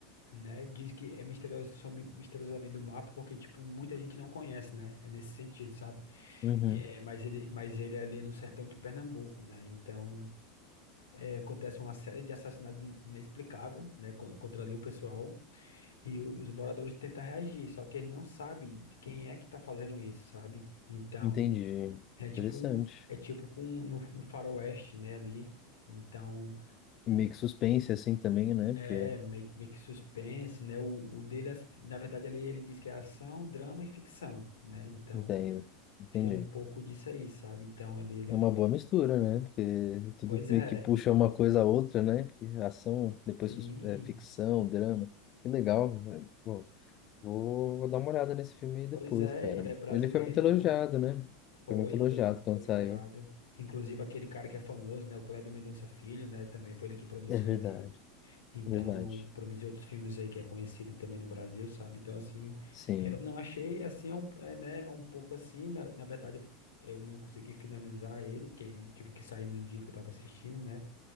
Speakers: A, on the left; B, on the left.
A: né? Diz que é misterioso, só mi- misteriosamente do mapa, porque, tipo, muita gente não conhece, né? É nesse sentido, sabe?
B: Uhum,
A: É, mas ele, mas ele é ali no sertão de Pernambuco, né? Então, é, acontece uma série de assassinatos in- inexplicáveis, né? con- Contra ali o pessoal, e o- os moradores tentam reagir, só que eles não sabem quem é que tá fazendo isso, sabe? Então,
B: entendi.
A: é tipo,
B: Interessante.
A: é tipo com, no, no faroeste, né? Ali, então...
B: E meio que suspense, assim, também, né?
A: É,
B: Porque...
A: meio, que meio que suspense, né? O, o dele, assim, na verdade, ali ele diz que é ação, drama e ficção, né? Então,
B: Entendo. Entendi.
A: tem um pouco disso aí, sabe? Então, ali ele
B: É
A: foi.
B: uma boa mistura, né? Porque tudo
A: Pois é,
B: meio que puxa uma coisa a outra, né? Porque ação, depois
A: sim.
B: sus- é, ficção, drama. Que legal, né? Bom, vou, vou dar uma olhada nesse filme aí
A: Pois
B: depois,
A: é,
B: cara.
A: ele é brasileiro,
B: Ele foi muito elogiado,
A: né?
B: né?
A: Foi,
B: Foi muito elogiado
A: foi muito
B: quando
A: elogiado.
B: saiu.
A: Inclusive, aquele cara que é famoso, né? O Kleber Mendonça Filho, né? Também foi ele que produziu
B: É verdade,
A: ali. Então,
B: verdade.
A: produzir outros filmes aí que é conhecido também no Brasil, sabe? Então, assim,
B: Sim,
A: eu não achei, assim, é um, é, né, é um pouco assim, na, na verdade, eu, f- eu não consegui finalizar ele, que eu tive que sair no dia que eu tava assistindo, né?